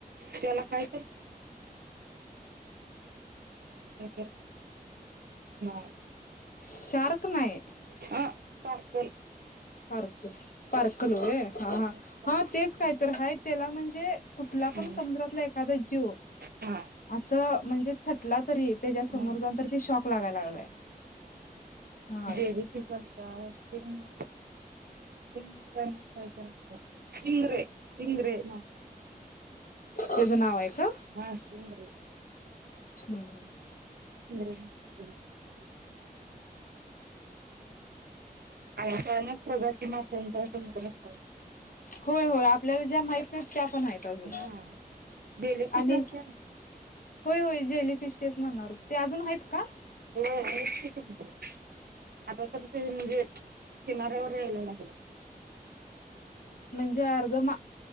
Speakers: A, on the right; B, on the left.
A: त्याला काय. <unintelligible> नाय.
B: शार्क नाय.
A: हा पार्सल.
B: पारकल स्पर्कल व्हाय.
A: स्पार्क
B: हा हा हा तेच
A: असं
B: काय तर हा त्याला म्हणजे कुठला
A: काहीतरी
B: पण समुद्रातला ऐक एखादा जीव
A: हा
B: असं म्हणजे थटला तरी. त्याच्या समोर
A: हा
B: जाऊन तर ती शॉक लागायला लागलाय ह
A: जेली फिश <inaudible> <inaudible> कायतर इनद् इनद् हैना.
B: त्याच नाव आहे का?
A: हा समुद्रहे.
B: हम्म हम्म.
A: हम् <unintelligible> अचानक <unintelligible> प्रगती माशांचा समुद्र अस.
B: होय होय आपल्याला ज्या माहित नाही त्या पण आहेत अजून
A: हा जेलीफिश
B: आणि.
A: असत्या
B: होय होय जेलीफिश तेच म्हणणार हो ते अजून आहेत का.
A: <inaudible> आता तर ते म्हणजे किनाऱ्यावर यायला लागले.
B: म्हणजे अर्ध मा